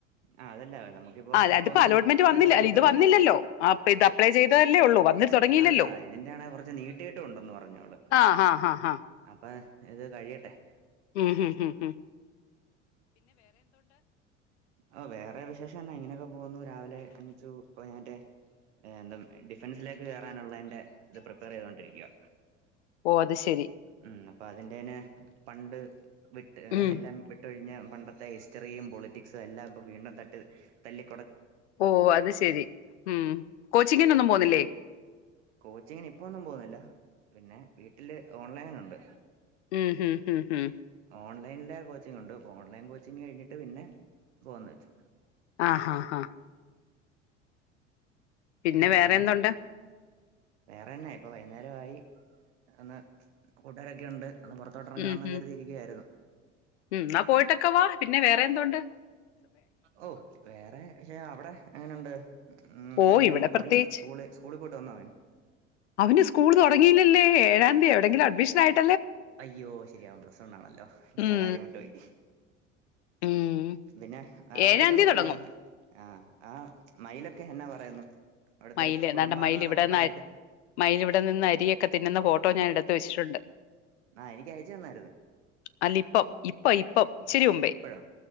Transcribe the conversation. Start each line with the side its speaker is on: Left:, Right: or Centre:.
Right: ആഹ് അതല്ല നമുക്കിപ്പോ
Left: ആ അല്ല,
Right: ഇപ്പൊ
Left: അതിപ്പോ
Right: ഒന്നും
Left: അലോട്ട്മെന്റ്
Right: തീരുമാനം
Left: വന്നില്ല
Right: എടുക്കാൻ
Left: അല്ല
Right: പറ്റത്തില്ല.
Left: ഇത് വന്നില്ലല്ലോ അപ്പൊ ഇത് അപ്ലൈ ചെയ്തതല്ലേ ഉള്ളൂ വന്നിട്ട് തുടങ്ങിയില്ലല്ലോ
Right: അതാ ഇതിന്റെ ആണെ കൊറച്ച് നീട്ടീട്ടും ഒണ്ടന്ന് പറഞ്ഞു അവള്.
Left: ആ ഹാ ഹാ ഹാ
Right: അപ്പൊ ഇത് കഴിയട്ടെ.
Left: ഉം ഉം ഉം ഉം
Right: ഓ വേറെ വിശേഷെന്നാ ഇങ്ങനെയൊക്കെ പോന്നു രാവിലെ എണീച്ചു ഇപ്പ <unintelligible> ഏഹ് എന്താ ഡിഫൻസിലേക്ക് കേറാനുള്ളതിന്റെ പ്രിപ്പയർ ചെയ്തൊണ്ടിരിക്കയാ.
Left: ഓഹ് അത് ശെരി
Right: ഉം അപ്പൊ അതിന്റെേനെ പണ്ട് വിട്ട്
Left: ഉം
Right: എല്ലാം വിട്ടൊഴിഞ്ഞ് പണ്ടത്തെ ഹിസ്റ്ററിയും പൊളിറ്റിക്സും എല്ലാം ഇപ്പ വീണ്ടും തട്ടി തല്ലി
Left: ഓഹ് അത് ശെരി ഉം കോച്ചിങ്ങിനൊന്നും പോന്നില്ലേ?
Right: കോച്ചിങ്ങിന് ഇപ്പൊന്നും പോന്നില്ല, പിന്നെ വീട്ടില് ഓൺലൈനുണ്ട്.
Left: ഉം ഉം ഉം ഉം
Right: ഓൺലൈനിലെ കോച്ചിങ് ഉണ്ട്, അപ്പ ഓൺലൈൻ കോച്ചിങ് കഴിഞ്ഞിട്ട് പിന്നെ പോകാന്ന് വെച്ചു.
Left: ആഹ് ആഹ് ആഹ് പിന്നെ
Right: ആഹ് അങ്ങനെ
Left: വേറെ എന്തുണ്ട്
Right: വേറെന്നാ ഇപ്പൊ വൈന്നേരവായി. ഒന്ന് കൂട്ടുകാരൊക്കെ ഒണ്ട് ഒന്ന് പൊറത്തോട്ട് എറങ്ങാവെന്നും
Left: ഉം ഹും
Right: കരുതിയിരിക്കുവായിരുന്നു.
Left: ഉം ഇന്നാ പോയിട്ടൊക്കെ വാ, പിന്നെ വേറെ എന്തോണ്ട്?
Right: ഓഹ് വേറെ പക്ഷെ അവിടെ എങ്ങനെണ്ട് ഉം
Left: ഓ
Right: എല്ലാരും
Left: ഇവിടെ പ്രത്യേകിച്ച്
Right: അവന് സ്കൂള് സ്കൂളിൽ പോയിട്ട് വന്നോ അവൻ
Left: അവന് സ്കൂൾ തൊടങ്ങിയില്ലല്ലേ ഏഴാം തയതി എവിടെങ്കിലും അഡ്മിഷൻ ആയിട്ട്
Right: അയ്യോ ശരിയാ അവൻ പ്ലസ് വണ്ണാണല്ലോ ഞാനാ
Left: ഉം
Right: കാര്യം വിട്ടു പോയി
Left: ഉം
Right: പിന്നെ അവിടെ
Left: ഏഴാം
Right: ഇതുണ്ടല്ലോ
Left: തീയതി തുടങ്ങും
Right: ആഹ് ആഹ് മയിലൊക്കെ എന്നാ പറയുന്നു അവിടത്തെ
Left: മയില്
Right: ഒരു കുടുംബാംഗം
Left: താണ്ടെ മയിൽ
Right: എന്നൊക്കെ
Left: ഇവിടെന്ന്
Right: പറഞ്ഞിട്ട്
Left: മയിൽ ഇവിടെ നിന്ന് അരിയൊക്കെ തിന്നുന്ന ഫോ ട്ടോ ഞാൻ എടുത്ത് വച്ചിട്ടുണ്ട്
Right: ആഹ് എനിക്ക് അയച്ചു തന്ന്
Left: അല്ല ഇപ്പം ഇപ്പ ഇപ്പം ഇച്ചിരി മുമ്പേ
Right: ഇപ്പഴോ